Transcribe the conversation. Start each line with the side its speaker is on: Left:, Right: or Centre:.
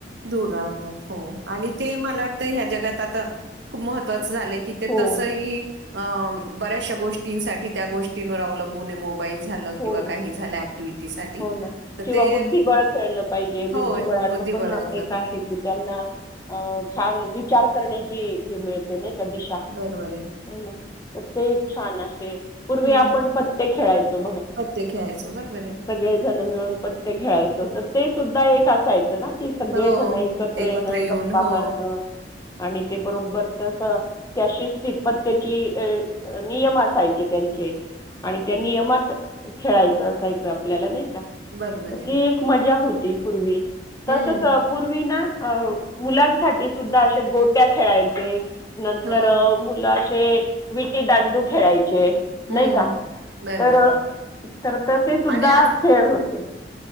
Right: दूर राहतात हो आणि ते मला वाटतंय ह्या जगात आता खूप महत्त्वच च झालंय की ते
Left: हो,
Right: तसही अ बऱ्याशा गोष्टींसाठी त्या गोष्टींवर अवलंबून आहे मोबाईल झाला
Left: हो
Right: किंवा
Left: ना,
Right: काही झालं ऍक्टिव्हिटी साठी
Left: हो ना.
Right: तर
Left: किंवा
Right: ते
Left: बुद्धिबळ खेळलं पाहिजे. बुद्धिबळाचं
Right: हो बुधिबळा
Left: पण आहे की त्यांना छान विचार करण्याची ही मिळते नाही दिशा
Right: बरोबर आहे.
Left: ना तर ते एक छान आहे पूर्वी
Right: हम्म
Left: आपण पत्ते खेळायचे
Right: पत्ते खेळायचो बरोबर आहे.
Left: सगळे जण पत्ते खेळायचे तर ते सुद्धा असायचं ना <unintelligible> सगळे
Right: हो
Left: जण एकत्र येण
Right: येऊन
Left: गप्पा
Right: हो
Left: मारणं आणि ते बरो बर तसं त्या पत्त्यात नियम असायचे त्यांचे आणि त्या नियम खेळायचं असायचं आपल्याला नाही तर
Right: बरोबर
Left: ती
Right: आहे.
Left: एक एक मजा होती ती पूर्वी
Right: हं.
Left: तसच पूर्वी ना अ मुलांसाठी सुद्धा अशे गोट्या खेळायचे. नंतर
Right: हो.
Left: मुला ते विटी दांडू खेळायचे.
Right: हं.
Left: नाही का
Right: बरोबर.
Left: तर
Right: आहे.
Left: तर तसे सुद्धा
Right: आणि
Left: खेळ होते.